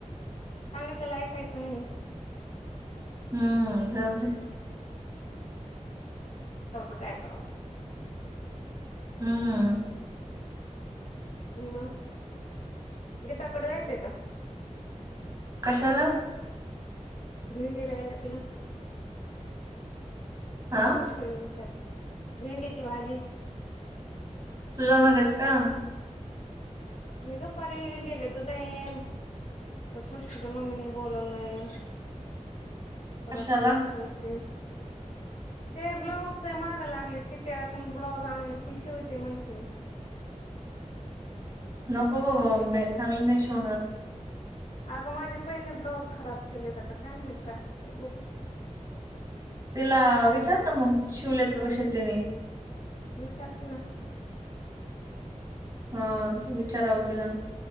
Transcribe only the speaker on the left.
सांगितलेलं ऐकायचं नाही..
काय करावं...
मग गीताकडं जायचंय... का
भिंडी द्यायला ना तिला
खुश... हम विचार भेंडीची भाजी...
मी दुपारी गेले तर जाईन सृष्टीच्या मम्मीने बोलवलंय... परत
तुला सांगते.... ते ब्लाऊजचे मागं लागले तिच्या कोण ब्लाऊज आणून ही शिवते म्हणते मी....
त्याच्याकडून
अगं माझे पहिले ब्लाऊज खराब केलेत आता काय माहित काय होत बघु...
विचारते ना...